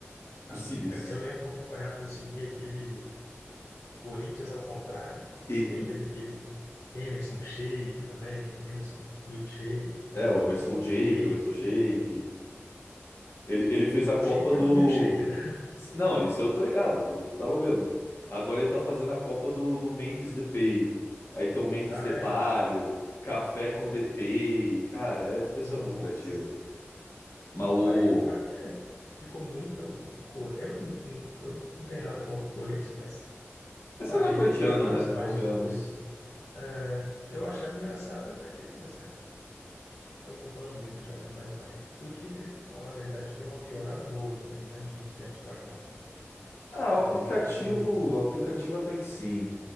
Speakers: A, on the left; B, on the left.
A: possíveis.
B: A zica, né? Eu lembro que eu acompanhava, eu seguia aquele Corinthians ao contrário.
A: E,
B: E aí teve aquele Emerson Shake também, Emerson Milkshake,
A: é, o Emerson Jake,
B: Jake.
A: o Emerson Shake. Ele, ele fez a
B: O
A: Copa
B: Shake
A: do.
B: é o milkshake, né?
A: Não, isso eu tô ligado, eu tava vendo. Agora ele tá fazendo a Copa do, do Memphis Depay. Aí tem o Memphis
B: Ah,
A: Depalho,
B: é?
A: Café com o Depay. Cara, é um pessoal
B: Nossa.
A: muito criativo. Mas
B: Eu
A: o.
B: parei de acompanhar porque ficou muito. co- Eu não, eu não tenho nada contra o Corinthians, mas
A: Essa
B: parei
A: não é corintiano,
B: de acompanhar várias
A: né?
B: páginas
A: Convenhamos.
B: do Twitter. É, eu achava engraçado até que parecia, ah, tá ocupando muito já, né, timeline. E o Twitter, pra falar a verdade, deu uma piorada boa também, né, de uns tempos pra cá.
A: Ah, o aplicativo.
B: O algoritmo,
A: O aplicativo até que sim.